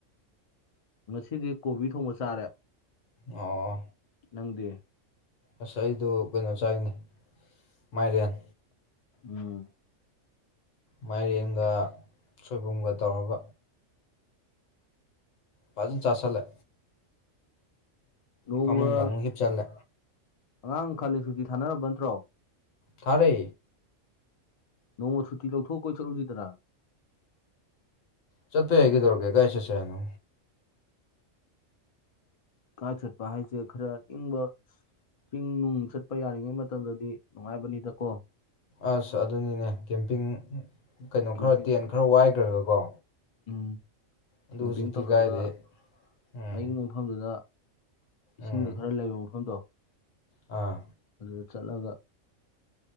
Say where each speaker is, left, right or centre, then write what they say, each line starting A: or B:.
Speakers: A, on the left; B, on the left.
A: ꯉꯁꯤꯗꯤ ꯀꯣꯕꯤ ꯊꯣꯡꯕ ꯆꯥꯔꯦ
B: ꯑꯣ
A: ꯅꯪꯗꯦ
B: ꯑꯁ ꯑꯩꯗꯣ ꯀꯩꯅꯣ ꯆꯥꯏꯅꯤ ꯃꯥꯏꯔꯦꯟ
A: ꯎꯝ
B: ꯃꯥꯏꯔꯦꯟꯒ ꯁꯣꯏꯕꯨꯝꯒ ꯇꯧꯒ ꯐꯖꯅ ꯆꯥꯥꯁꯜꯂꯦ
A: ꯅꯣꯡꯃ
B: ꯐꯃꯨꯡꯗ ꯑꯃꯨꯛ ꯍꯤꯞꯆꯜꯂꯦ
A: ꯑꯉꯥꯡ ꯈꯜꯂꯁꯨꯤ ꯊꯥꯅꯔꯕ ꯅꯠꯇ꯭ꯔꯣ
B: ꯊꯔꯦ
A: ꯅꯣꯡꯃ ꯁꯨꯇꯤ ꯂꯧꯊꯣꯛꯑ ꯀꯣꯏ ꯆꯂꯨꯖꯤꯗꯅ
B: ꯆꯠꯄ ꯌꯥꯏꯒꯦ ꯇꯧꯔꯒꯦ ꯀꯥꯏ ꯆꯠꯁꯦ ꯍꯥꯏꯅꯣ
A: ꯀꯥ ꯆꯠꯄ ꯍꯥꯏꯁꯦ ꯈꯔ ꯏꯪꯕ ꯆꯤꯡ ꯅꯨꯡ ꯆꯠꯄ ꯌꯥꯔꯤꯉꯩ ꯃꯇꯝꯗꯗꯤ ꯅꯨꯡꯉꯥꯏꯕꯅꯤꯗꯀꯣ
B: ꯑꯁ ꯑꯗꯨꯅꯤꯅꯦ ꯀꯦꯝꯄꯤꯡ ꯀꯩꯅꯣ
A: ꯀꯦꯝꯄꯤꯡ
B: ꯈꯔ ꯇꯦꯟ ꯈꯔ ꯋꯥꯏꯈ꯭ꯔꯒꯀꯣ
A: ꯎꯝ
B: ꯑꯗꯨ
A: ꯀꯦꯝꯄꯤꯡ
B: ꯍꯧꯖꯤꯛꯇꯤ
A: ꯇꯧꯔꯒ
B: ꯀꯥꯏꯗꯩ ꯎꯝ
A: ꯑꯌꯤꯡꯕ ꯃꯐꯝꯗꯨꯗ ꯏꯁꯤꯡꯗ
B: ꯎꯝ
A: ꯈꯔ ꯂꯩꯕ ꯃꯐꯝꯗꯣ
B: ꯑꯥ
A: ꯑꯗꯨꯗ ꯆꯠꯂꯒ